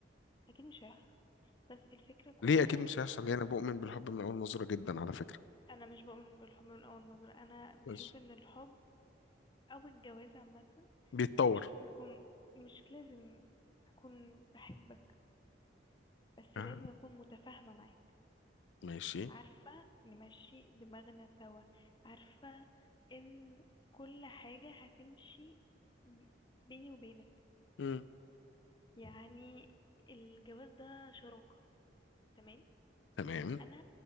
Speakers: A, on the left; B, on the left.
A: اكيد مش هيحصل بس الفكرة كلها
B: ليه اكيد مش هيحصل ليه انا بؤمن بالحب من اول نظره جدا على فكره
A: انا مش بؤمن بالحب من اول نظرة انا بشوف
B: بس
A: ان الحب او الجواز عامة
B: بيتطور
A: مش لازم يكون مش لازم اكون بحبك بس
B: آه.
A: لازم اكون متفاهمة معاك
B: ماشي
A: عارفة نمشي دماغنا سوا عارفة ان كل حاجة هتمشي بيني وبينك
B: مم.
A: يعني الجواز ده شراكة تمام
B: تمام
A: انا